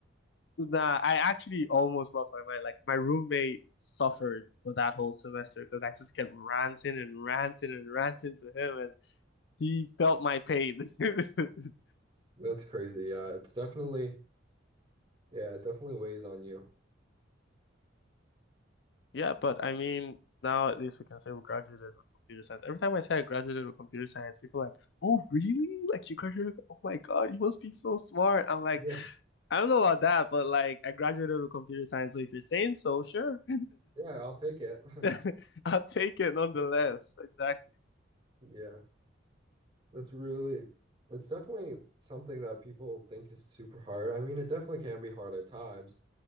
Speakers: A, on the left; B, on the right.
A: nah, I actually almost lost my mind. Like my roommate suffered for that whole semester because I just kept ranting and ranting and ranting to him, and he felt my pain. <laughs>
B: that's crazy. Uh, it's definitely yeah, it definitely weighs on you.
A: Yeah, but I mean, now at least we can say we graduated with computer science. Every time I say I graduated with computer science, people are like, "Oh, really? Like you graduated? Oh my God, you must be so smart." I'm like,
B: Yeah,
A: I don't know about that, but like I graduated with computer science, so if you're saying so, sure,
B: yeah, I'll take it. <laughs>
A: <laughs> I'll take it nonetheless. Exactly.
B: Yeah, that's really it's definitely something that people think is super hard. I mean, it definitely can be hard at times,